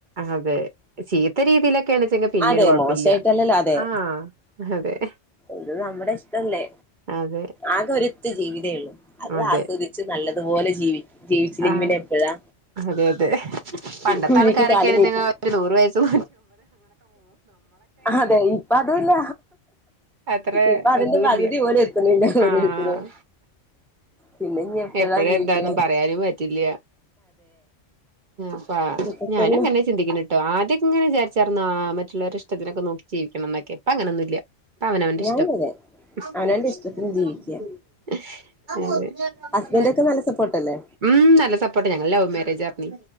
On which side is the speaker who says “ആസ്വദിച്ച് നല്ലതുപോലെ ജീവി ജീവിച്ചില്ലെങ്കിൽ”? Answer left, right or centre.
Centre